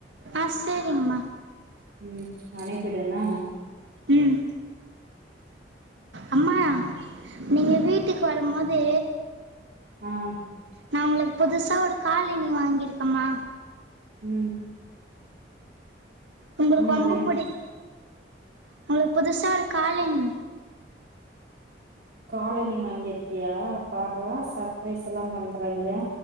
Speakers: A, on the right; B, on the right.
A: ஆ சேரிங்கம்மா
B: ம் அனிப்பிடுன்னா
A: ம் அம்மா நீங்க வீட்டுக்கு வரும் போது
B: ம்
A: நா உங்களுக் புதுசா ஒரு காலனி வாங்கிருக்கம்மா
B: ம்
A: உங்களுக்
B: என்னாது
A: ரொம்ப புடிக் உங்களுக் புதுசா ஒரு காலனி
B: காலனி வாங்கியிருக்கியா பார்ரா சர்ப்ரைஸ் எல்லாம் பண்றங்கே